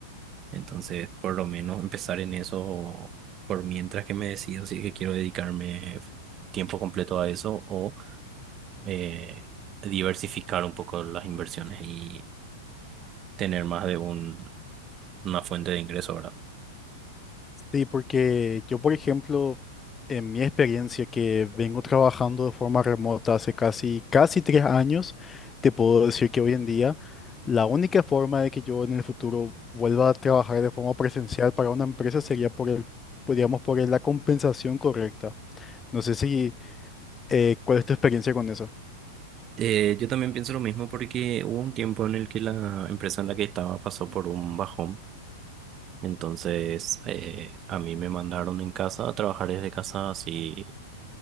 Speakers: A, on the right; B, on the left.
A: Entonces, por lo menos empezar en eso, por mientras que me decido si es que quiero dedicarme tiempo completo a eso o eh, diversificar un poco las inversiones y tener más de un, una fuente de ingreso ahora.
B: Sí, porque yo, por ejemplo, en mi experiencia que vengo trabajando de forma remota hace casi, casi tres años, te puedo decir que hoy en día la única forma de que yo en el futuro vuelva a trabajar de forma presencial para una empresa sería por el, podríamos por el- la compensación correcta. No sé si, eh, ¿cuál es tu experiencia con eso?
A: Eh, yo también pienso lo mismo porque hubo un tiempo en el que la empresa en la que estaba pasó por un bajón. Entonces, eh, a mí me mandaron en casa a trabajar desde casa así